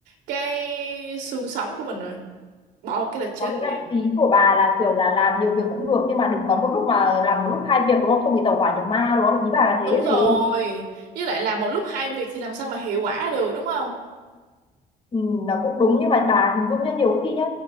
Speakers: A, on the right; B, on the left.
A: cái xương sống của mình rồi bỏ một cái là chết
B: có nghĩa
A: liền
B: là ý của bà là kiểu là làm nhiều việc cũng được nhưng mà đừng có một lúc mà làm một lúc hai việc đúng không không bị tẩu hỏa nhập ma đúng không ý bà là thế
A: đúng rồi
B: gì
A: với lại làm một lúc hai việc thì làm sao mà hiệu quả được đúng không
B: ừ, nó cũng đúng nhưng mà bà hình dung nhá nhiều khi nhá